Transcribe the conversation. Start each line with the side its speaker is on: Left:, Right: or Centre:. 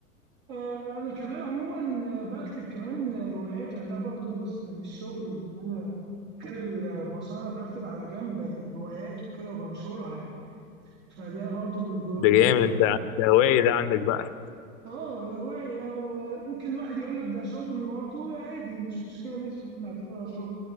Right: آه، انا كمان عموما آه، بكتب كمان آه، روايات يعني ده برضو جزء من الشغل ان انا غير المصانع بكتب على جنب آه، روايات وكده وبنشرها يعني فده برضو من جو-
Left: ده
Right: جزء
Left: جامد انت ده هوايه ده عندك بقى
Right: اه هواية وممكن واحد يقول لك ده شغل برضه عادي مش مشكلة ماشي ممكن اعتبرها شغل